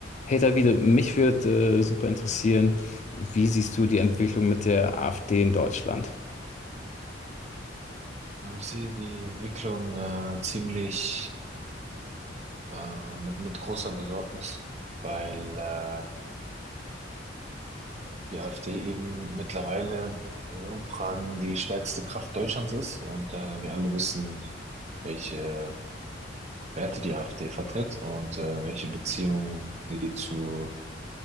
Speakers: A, on the left; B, on the right.
A: Hey Davide, mich würde äh, super interessieren, wie siehst du die Entwicklung mit der AfD in Deutschland?
B: Also ich sehe die Entwicklung äh, ziemlich äh, mit, mit großer Besorgnis, weil äh, die AfD eben mittlerweile in Umfragen die stärkste Kraft Deutschlands ist und äh, wir alle wissen, welche Werte die AfD vertritt und äh, welche Beziehungen sie zu